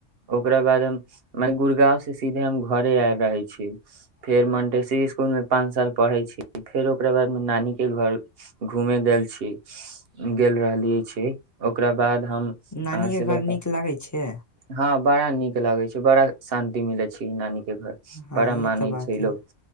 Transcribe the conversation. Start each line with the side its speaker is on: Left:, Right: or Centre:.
Right: ओकरा बाद हम मने गुड़गाँवसँ सीधे हम घरे आबि रहै छी फेर मन्टेशरी इसकुलमे पाँच साल पढ़ै छी फेर ओकरा बादमे नानीके घर घूमे गेल छियै गेल रहलिये छी ओकरा बाद हम
Left: नानी
Right: अहाँ
Left: के
Right: से बताउ
Left: घर नीक लागे छै
Right: हँ बड़ा नीक लागै छै बड़ा शान्ति मिले छी नानी के घर
Left: हँ
Right: बड़ा
Left: ई
Right: मानै
Left: तऽ बात
Right: छै लोग
Left: है